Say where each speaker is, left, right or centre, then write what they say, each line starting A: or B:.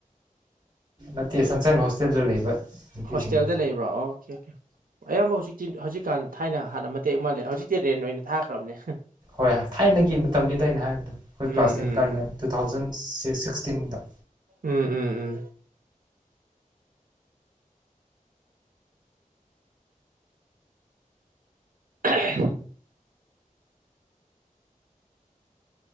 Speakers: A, on the right (about 30°); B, on the right (about 85°).
A: ꯅꯠꯇꯦ ꯁꯟꯁ ꯁꯥꯏꯅ ꯍꯣꯁꯇꯦꯜꯗ ꯂꯩꯕ ꯅꯨꯄꯤꯁꯤꯡꯗꯣ
B: ꯍꯣꯁꯇꯦꯜꯗ ꯂꯩꯕ꯭ꯔꯣ ꯑꯣꯀꯦ ꯑꯣꯀꯦ ꯑꯌꯥꯝꯕ ꯍꯧꯖꯤꯛꯇ ꯍꯧꯖꯤꯛꯀꯥꯟ ꯊꯥꯏꯅ ꯍꯥꯟꯅ ꯇꯦꯛ ꯑꯃ ꯍꯧꯖꯤꯛꯇꯤ ꯔꯦꯟ ꯑꯣꯏꯅ ꯊꯥꯈ꯭ꯔꯕꯅꯦ
A: ꯍꯣꯏ ꯊꯥꯏꯅꯒꯤ ꯃꯇꯝꯅꯤꯗ ꯑꯩꯅ ꯍꯥꯏꯕꯗ ꯑꯩꯈꯣꯏ
B: ꯎꯝ
A: ꯀ꯭ꯂꯥꯁ
B: ꯎꯝ
A: ꯇꯦꯟ ꯀꯔꯤ
B: ꯎꯝ
A: ꯇꯨ ꯊꯥꯎꯖꯟ ꯇꯤꯟꯗꯥ
B: ꯎꯝ ꯎꯝ ꯎꯝ <unintelligible>